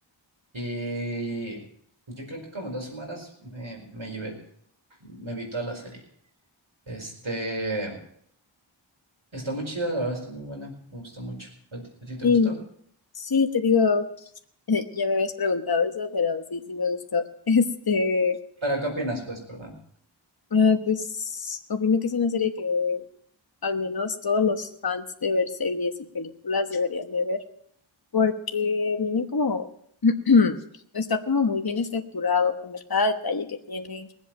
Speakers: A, on the right; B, on the left.
A: Y yo creo que como en dos semanas me, me llevé, me vi toda la serie. Este, está muy chida, la verdad, está muy buena, me gustó mucho. ¿A ti, a ti te
B: Sí,
A: gustó?
B: sí, te digo, <laughs> eh, ya me habías preguntado eso, pero sí, sí me gustó. <laughs> Este,
A: ¿Para qué opinas, pues, perdón?
B: ah, pues opino que es una serie que al menos todos los fans de ver series y películas deberían de ver, porque vienen como, <clears throat> está como muy bien estructurado, como cada detalle que tiene.